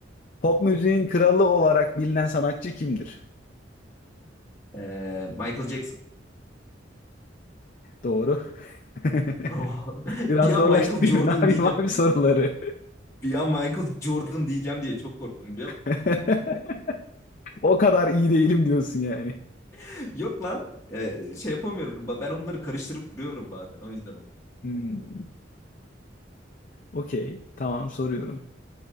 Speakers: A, on the left; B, on the left.
A: Pop müziğin kralı olarak bilinen sanatçı kimdir?
B: Ee, Michael Jackson.
A: Doğru. <laughs>
B: <laughs>
A: Biraz
B: Bir
A: zorlaştırayım.
B: an Michael Jordan
A: mı? Ne yapayım
B: diyeceğim.
A: abi soruları?
B: Bir an Michael Jordan diyeceğim diye çok korktum biliyor musun?
A: <laughs> O kadar iyi değilim diyorsun yani.
B: <laughs> Yok lan Ee, şey yapamıyorum. Ba- Ben onları karıştırıp duruyorum bazen. O yüzden oldu.
A: Hmm. Okey. Tamam soruyorum.